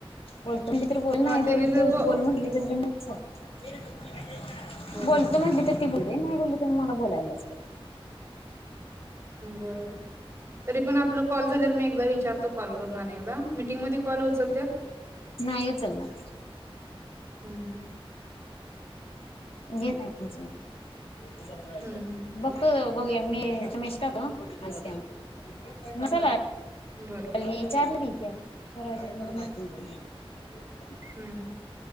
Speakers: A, on the left; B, on the right.
A: बोलतो म्हटली तर बोल. नाही
B: हा
A: बोलतो
B: त्यानी जर
A: तु
B: ब
A: बोल म्हटली तरी पीन चल <unintelligible>
B: बर
A: बोलतो
B: बर
A: म्हणली तर ती बोल ती नाही बोलली तर मला बोलायलाच पाहिजे.
B: बरबर तरी पण आपलं कॉल झाल्या मी एकदा वि विचारतो कॉल करून अनेकदा मीटिंग मध्ये कॉल उचलत्यात
A: नाही उचलणार
B: हम्म
A: <unintelligible>
B: हम्म हम्म
A: बघतो. बघुया मी मॅसेज टाकतो बसतीया म्हणून मसाला
B: हम्म
A: हाय
B: बर
A: विचारलं मी प्या <unintelligible>
B: हम्म हम्म